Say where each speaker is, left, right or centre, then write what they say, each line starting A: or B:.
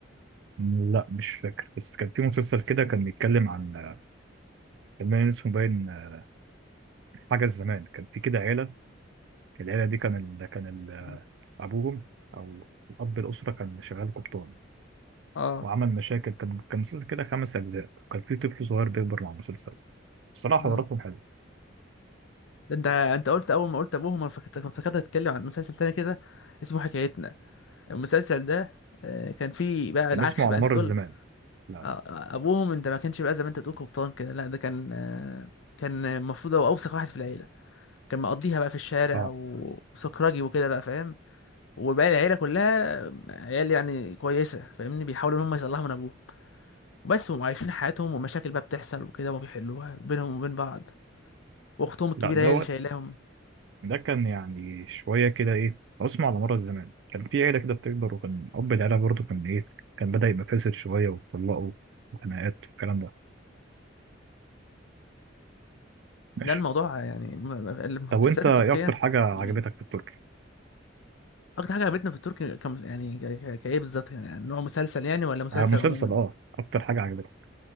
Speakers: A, on the right (about 65°); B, on the left (about 80°).
A: لا مش فاكر بس كان في مسلسل كده كان بيتكلم عن كان باين اسمه باين آه، حاجه الزمان كان في كده عيله العيله دي كان ال... كان ال... آه،
B: مم.
A: ابوهم او الاب الاسره كان شغال قبطان
B: اه
A: وعمل مشاكل كان كان مسلسل كده خمس اجزاء كان في طفل صغير بيكبر مع المسلسل الصراحه
B: امم
A: حواراتهم حلوه
B: ده انت انت قلت اول ما قلت ابوهم انا فكرت كنت فكرت هتتكلم عن مسلسل تاني كده اسمه حكايتنا المسلسل ده آه، كان فيه بقى
A: كان
B: العكس
A: اسمه على
B: بقى انت
A: مر
B: بتقول
A: الزمان لا
B: آه،
A: لا
B: آه، ابوهم انت ما كانش بقى زي ما انت بتقول قبطان كده لا ده كان آه، كان المفروض هو اوسخ واحد في العيله كان مقضيها بقى في الشارع
A: اه
B: و- وسكراجي وكده بقى فاهم وباقي العيله كلها آه، عيال يعني كويسه فاهمني بيحاولوا ان هم يصلحوا من ابوه وبس هم عايشين حياتهم ومشاكل بقى بتحصل وكده وما بيحلوها بينهم وبين بعض واختهم الكبيره
A: لا ده
B: هي اللي شايلاهم
A: ده كان يعني شوية كده إيه عصمة على مر الزمان كان في عيلة كده بتكبر وكان أب العيلة برضه كان إيه كان بدأ يبقى فاسد شوية واتطلقوا وخناقات والكلام ده ماشي
B: ده الموضوع يعني م- م- المسلسلات
A: طب وأنت إيه
B: التركيه
A: أكتر حاجة عجبتك
B: جميله
A: في التركي؟
B: اكتر حاجه عجبتنا في التركي كم يعني ك- ك- كايه بالظبط يعني نوع مسلسل يعني ولا مسلسل
A: آه مسلسل
B: عموما
A: أه أكتر حاجة عجبتك